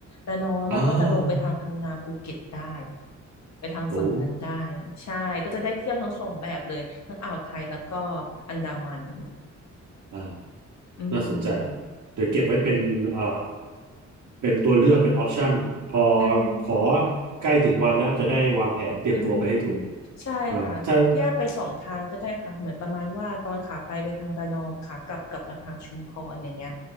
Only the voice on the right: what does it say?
อ้าว
โอ้
อ่า
น่าสนใจ เดี๋ยวเก็บไว้เป็นเอ่อเป็นตัวเลือกเป็นออปชันพอ
ขอใกล้ถึงวันแล้วจะได้วางแผนเตรียมตัวไปให้ถูก
อ่าถ้า